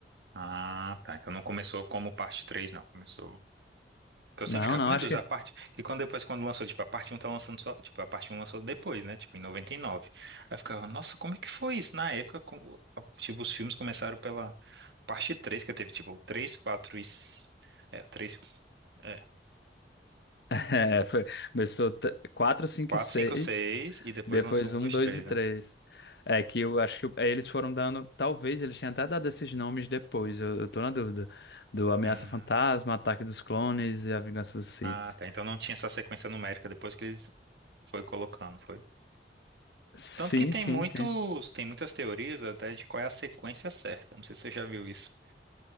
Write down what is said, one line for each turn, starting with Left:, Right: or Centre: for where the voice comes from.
Right: Ah, tá. Então não começou como parte 3 não. Começou... Que eu
Left: Não,
Right: sempre ficava,
Left: não,
Right: meu
Left: acho
Right: Deus,
Left: que
Right: a parte... E quando depois, quando lançou, tipo, a parte um tá lançando só... Tipo, a parte um lançou depois, né? Tipo, em noventa e nove Aí eu ficava, nossa, como é que foi isso? Na época, como... tipo, os filmes começaram pela parte 3 que teve, tipo, 3 4 e... s- É, 3... É,
Left: <laughs> é, foi, começou t- 4, cinco,
Right: 4,
Left: e 6.
Right: 5, 6, e depois
Left: Depois
Right: lançou um
Left: um,
Right: dois
Left: dois
Right: três
Left: e três. É que eu acho que é, eles foram dando. Talvez eles tenham até dado esses nomes depois, eu, eu tô na dúvida. Do Ameaça
Right: né?
Left: Fantasma, Ataque dos Clones e A Vingança dos Sith.
Right: Ah, tá. Então não tinha essa sequência numérica depois que eles foi colocando, foi.
Left: Sim,
Right: Tanto que tem
Left: sim,
Right: muitos,
Left: sim.
Right: tem muitas teorias até de qual é a sequência certa. Não sei se você já viu isso.